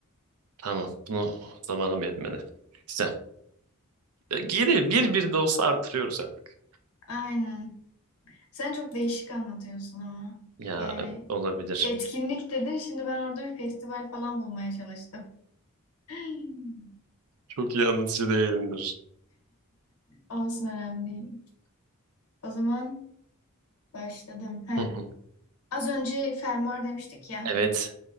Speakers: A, on the right (about 85°); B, on the left (about 85°).
A: Tamam. Bunu zamanım yetmedi. Güzel. Geri bir bir de olsa artırıyoruz artık.
B: Aynen. Sen çok değişik anlatıyorsun ama.
A: Ya
B: Yani
A: olabilir.
B: etkinlik dedin. Şimdi ben orada bir festival falan bulmaya çalıştım. <laughs>
A: Çok iyi anlatıcı değilimdir.
B: Olsun önemli değil. O zaman başladım. Heh.
A: Hı hı.
B: Az önce fermuar demiştik ya.
A: Evet.